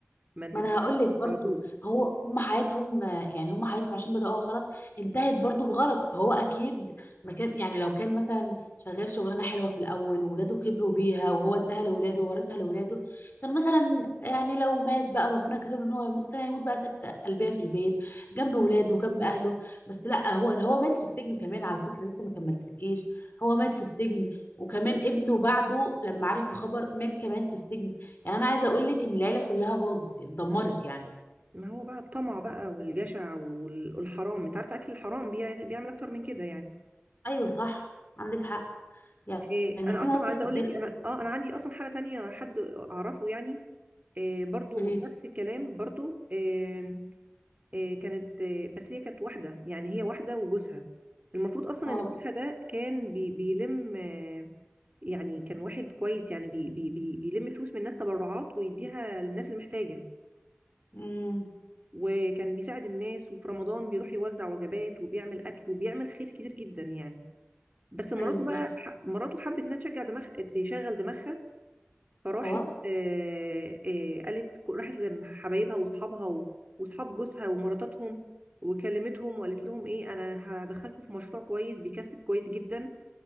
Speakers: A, on the right; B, on the left.
A: من
B: ما انا هقول لك برضو
A: على طول
B: هو هم حياتهم آه، يعني هم حياتهم عشان بدأوها غلط انتهت برضو بغلط فهو اكيد ما كان يعني لو كان مثلا شغال شغلانه حلوه في الاول وولاده كبروا بيها وهو اداها لولاده وورثها لولاده كان مثلا يعني لو مات بقى ربنا كتب له ان هو يموت كان هيموت بقى سكته قلبيه في البيت جنب ولاده وجنب اهله بس لا هو هو مات في السجن كمان على فكره لسه ما كملتلكيش هو مات في السجن وكمان ابنه بعده لما عرف الخبر مات كمان في السجن يعني انا عايزه اقول لك ان العيله كلها باظت اتدمرت يعني
A: ما هو بقى الطمع بقى والجشع وال- والحرام انت عارفة اكل الحرام بيع- بيعمل اكتر من كده يعني
B: ايوه صح عندك حق يعني
A: إيه انا
B: في
A: اصلا
B: مواقف
A: عايزه
B: كتير
A: اقول لك
B: قوي
A: انا اه انا عندي اصلا حاله تانية حد اعرفه يعني إيه برضو
B: بتقولي
A: نفس الكلام برضو إيه إيه كانت إيه بس هي كانت واحده يعني هي واحده وجوزها المفروض اصلا
B: اه
A: ان جوزها ده كان بي بيلم آه، يعني كان واحد كويس يعني بي بي بي بيلم فلوس من الناس تبرعات ويديها للناس المحتاجه
B: امم
A: وكان بيساعد الناس وفي رمضان بيروح يوزع وجبات وبيعمل اكل وبيعمل خير كتير جدا يعني بس مراته
B: ايوه فاهم
A: بقى ح- مراته حبت انها تشجع دماغ تشغل دماغها فراحت
B: اه
A: آه، آه، قالت راحت لحبايبها واصحابها و- واصحاب جوزها ومراتاتهم وكلمتهم وقالت لهم ايه انا هدخلكم في مشروع كويس بيكسب كويس جدا